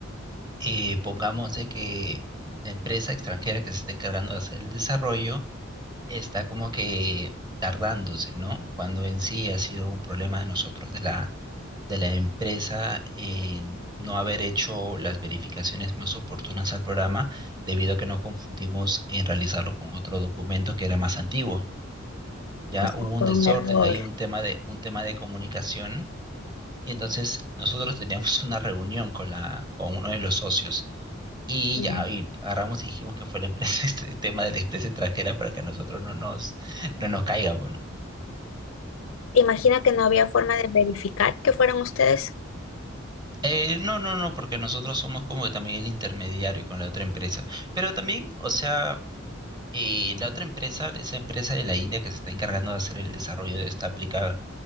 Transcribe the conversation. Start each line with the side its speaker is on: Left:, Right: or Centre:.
Right: eh, pongamos de que la empresa extranjera que se está encargando de hacer el desarrollo está como que tardándose, ¿no? Cuando en sí ha sido un problema de nosotros, de la, de la empresa, en no haber hecho las verificaciones más oportunas al programa, debido a que nos confundimos en realizarlo con otro documento que era más antiguo. Ya
Left: O sea,
Right: hubo un
Left: fue
Right: desorden,
Left: un error.
Right: ahí un tema de, un tema de comunicación. Y entonces nosotros teníamos <laughs> una reunión con la, con uno de los socios y
Left: Ya.
Right: ya, y agarramos y dijimos que fue la empresa, <laughs> este tema de la empresa extranjera para que a nosotros no nos, no nos caiga, bueno.
Left: Imagino que no había forma de verificar que fueran ustedes.
Right: Eh, no, no, no, porque nosotros somos como que también el intermediario con la otra empresa. Pero también, o sea, eh, la otra empresa, esa empresa de la India que se está encargando de hacer el desarrollo de esta aplicación